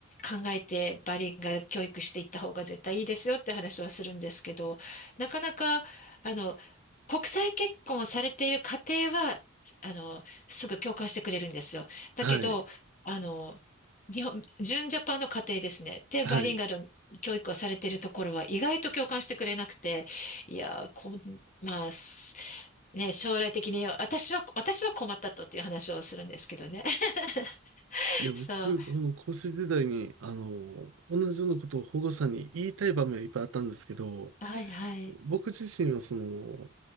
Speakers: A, on the left; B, on the right.
A: 考えてバリンガル教育していった方が絶対いいですよって話はするんですけど、なかなか、あの、国際結婚をされている家庭は、あの、すぐ共感してくれるんですよ。だけど、
B: はい。
A: あの、日本、純ジャパンの家庭ですね。で、
B: はい。
A: バリリンガル教育をされているところは意外と共感してくれなくて、いやー、こん、まあ、すね、将来的に私は、私は困ったとっていう話をするんですけどね。<laughs>
B: いや、僕、
A: そう。
B: その講師時代に、あの、同じようなことを保護者に言いたい場面はいっぱいあったんですけど、
A: はいはい。
B: 僕自身はその、